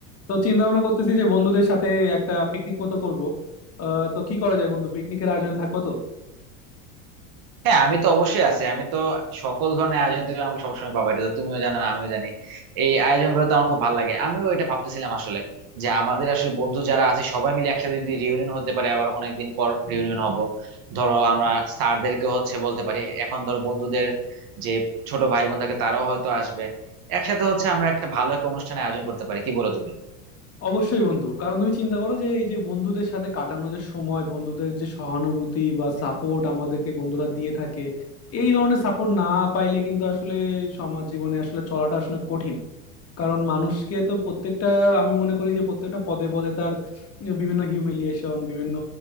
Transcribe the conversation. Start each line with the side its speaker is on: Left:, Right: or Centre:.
Left: তো চিন্তা ভাবনা করতেছি যে বন্ধুদের সাথে একটা পিকনিক মতো করব তো কি করা যায় বন্ধু পিকনিকের আয়োজনে থাকবো তো
Right: হ্যাঁ আমি তো অবশ্যই আছি আমি তো সকল ধরনের আয়োজন তুমি আমাকে সবসময় পাবা এটা তো তুমিও জানো আমিও জানি এই আয়োজন গুলো তো আমার খুব ভালো লাগে আমিও এটা ভাবতেছিলাম আসলে যে আমাদের আসলে বন্ধু যারা আছে সবাই মিলে একসাথে যদি রিউনিয়ন হতে পারে আবার অনেকদিন পর রিউনিয়ন হব ধরো আমরা স্যারদেরকে হচ্ছে বলতে পারি এখন ধরো বন্ধুদের যে ছোট ভাই বোন থাকে তারাও হয়তো আসবে একসাথে হচ্ছে আমরা একটা ভালো একটা অনুষ্ঠানের আয়োজন করতে পারি কি বলো তুমি
Left: অবশ্যই বন্ধু কারণ তুমি চিন্তা করো যে এই যে বন্ধুদের সাথে কাটানো যে সময় বন্ধুদের যে সহানুভূতি বা সাপোর্ট আমাদেরকে বন্ধুরা দিয়ে থাকে এই ধরনের সাপোর্ট না পাইলে কিন্তু আসলে সমাজ জীবনে আসলে চলাটা আসলে কঠিন কারণ মানুষকে তো প্রত্যেকটা আমি মনে করি যে প্রত্যেকটা পদে পদে তার বিভিন্ন হিউমিলিয়েশন বিভিন্ন